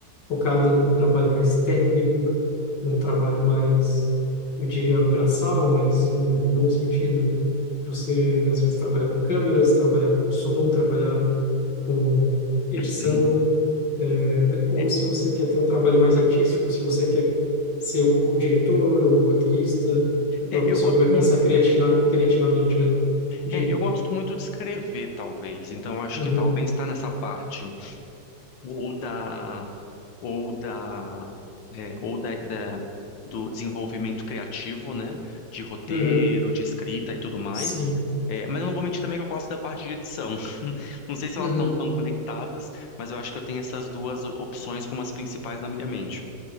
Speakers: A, on the left; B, on the left.
A: focada num trabalho mais técnico, num trabalho mais, eu diria, braçal, mas num
B: uhum.
A: bom sentido. Você, às vezes, trabalhar com câmeras, trabalhar com som, trabalhar com
B: <clears throat>
A: edição, é, ou
B: É,
A: se você quer ter um trabalho mais artístico, se você quer ser o diretor ou o roteirista, aquela
B: é, eu
A: pessoa
B: gosto
A: que vai
B: muito
A: pensar criativa, criativamente, né? Diga.
B: É, eu gosto muito de escrever, talvez. Então, eu acho
A: Uhum,
B: que talvez está nessa parte ou da ou da é, ou da, da- do desenvolvimento criativo, né? De roteiro,
A: uhum,
B: de escrita e tudo mais.
A: sim.
B: É, mas eu não vou mentir também que eu gosto da parte de edição. <laughs> Não sei se
A: Uhum.
B: elas estão tão conectadas, mas eu acho que eu tenho essas duas opções como as principais na minha mente.